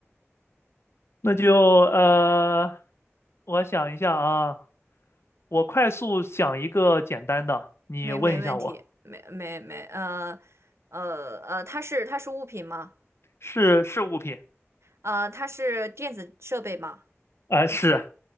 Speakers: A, on the left; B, on the right.
A: <laughs> 那就呃，我想一下啊，我快速想一个简单的，你问一下我，
B: 没没问题，没没没，呃呃呃，它是它是物品吗？
A: 是是物品
B: 呃，它是电子设备吗？
A: 啊，是